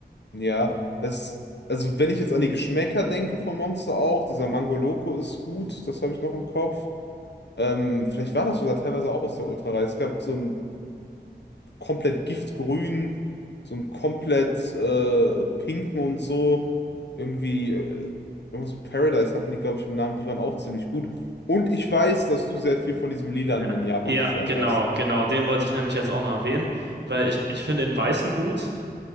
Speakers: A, on the left (about 80°); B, on the right (about 80°).
A: Ja, das, also wenn ich jetzt an die Geschmäcker denke vom Monster auch, dieser Mango Loco ist gut, das habe ich noch im Kopf. Ähm, vielleicht war das sogar teilweise auch aus der Ultra-Reihe. Es gab so einen komplett giftgrünen, so einen komplett äh, pinken und so. Irgendwie, äh, irgendwas mit Paradise hatten die, glaube ich, im Namen, die waren auch ziemlich gut. Und ich weiß, dass du sehr viel von diesem Lilanen
B: Ja.
A: in Japan
B: Ja,
A: geschwärmt
B: genau,
A: hast.
B: genau. Den wollte ich nämlich jetzt auch noch erwähnen, weil ich, ich finde den Weißen gut.